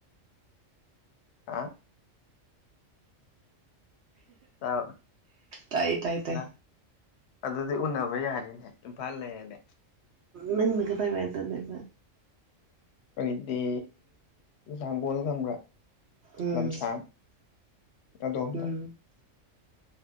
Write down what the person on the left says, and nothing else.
ꯑꯥ ꯇꯥꯕ꯭ꯔꯥ
ꯂꯥ <inaudible> ꯑꯗꯨꯗꯤ ꯎꯟꯅꯕ ꯌꯥꯔꯤꯅꯦ ꯏꯝꯐꯥꯜ ꯂꯩꯔꯗꯤ
ꯑꯩꯗꯤ ꯅꯥꯝꯕꯣꯜ ꯈꯪꯕ꯭ꯔꯥ
ꯂꯝꯁꯥꯡ ꯑꯗꯣꯝꯗ